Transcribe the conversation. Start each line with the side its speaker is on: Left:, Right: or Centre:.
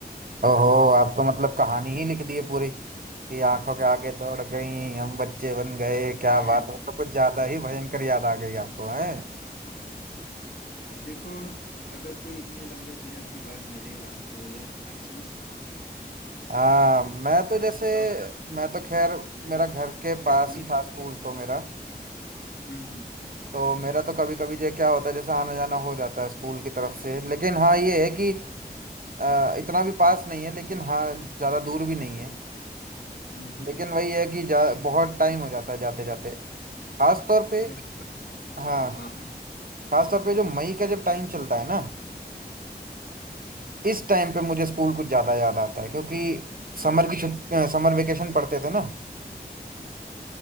Right: ओहो आप तो मतलब कहानी ही लिख दी है पूरी कि आंखों के आगे दौड़ गई हम बच्चे बन गए क्या
Left: <laughs>
Right: बात है तो कुछ ज्यादा ही भयंकर याद आ गई आपको है
Left: अब देखो अगर कोई इतने लंबे विरह के बाद मिलेगा तो यह सब सारी चीजें स्वाभाविक है
Right: हाँ मैं तो जैसे
Left: बताओ
Right: मैं तो खैर
Left: हम्म,
Right: मेरा घर के
Left: क्या
Right: पास
Left: तुम्हें
Right: ही
Left: हम्म
Right: था स्कूल तो मेरा
Left: हम्म
Right: तो मेरा तो कभी कभी जो क्या होता है जैसे आना जाना हो जाता है स्कूल की तरफ से लेकिन हाँ ये है कि अ, इतना भी पास नहीं है लेकिन हाँ ज़्यादा दूर भी नहीं है
Left: हम्म हम्म।
Right: लेकिन वही है कि जा, बहुत टाइम हो जाता है जाते जाते खास तौर
Left: अच्छा
Right: पे
Left: जी
Right: हाँ
Left: हाँ हाँ
Right: खास तौर पे जो मई का जब टाइम चलता है ना इस टाइम पे मुझे स्कूल कुछ ज़्यादा याद आता है क्योंकि
Left: हाँ
Right: समर की छुट्टी समर वेकेशन पढ़ते थे ना